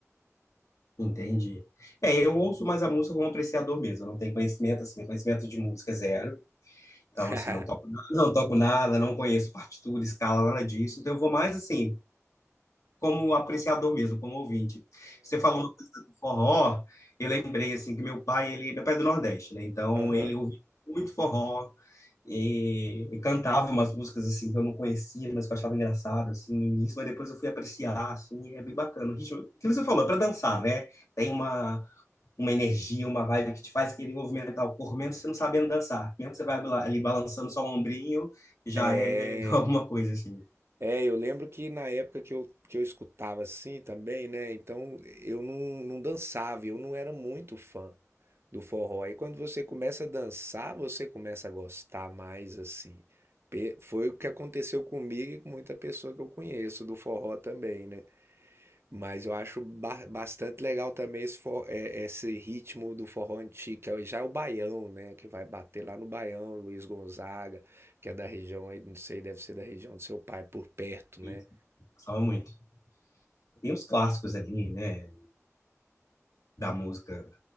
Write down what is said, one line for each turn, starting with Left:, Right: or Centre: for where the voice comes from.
Left: Entendi. É, eu ouço mais a música como apreciador mesmo, eu não tenho conhecimento, assim, conhecimento de música é zero. Então,
Right: <laughs>
Left: assim, não toco nada, <laughs> não toco nada, não conheço partitura, escala, nada disso. Então, eu vou mais, assim, como apreciador mesmo, como ouvinte. Você falou uma coisa do forró, eu lembrei, assim, que meu pai, ele, meu pai é do Nordeste, né? Então,
Right: Aham.
Left: ele ouvia muito forró e, e cantava umas músicas, assim, que eu não conhecia, mas que eu achava engraçado, assim, no início, mas depois eu fui apreciar, assim, e é bem bacana. O ritmo, aquilo que você falou, é pra dançar, né? Tem uma uma energia, uma vibe que te faz querer movimentar o corpo, mesmo você não sabendo dançar. Mesmo você vai lá- ali balançando só o ombrinho, já
Right: É.
Left: é <laughs> alguma coisa assim.
Right: É, eu lembro que na época que eu, que eu escutava assim também, né? Então eu não, não dançava, eu não era muito fã do forró. Aí quando você começa a dançar, você começa a gostar mais assim. Pe- Foi o que aconteceu comigo e com muita pessoa que eu conheço do forró também, né? Mas eu acho ba- bastante legal também esse, for- é- esse ritmo do forró antigo, que é o- já é o baião, né? Que vai bater lá no baião, Luiz Gonzaga, que é da região aí, não sei, deve ser da região do seu pai, por perto,
Left: E
Right: né?
Left: gostava muito. Tem os clássicos ali, né, da música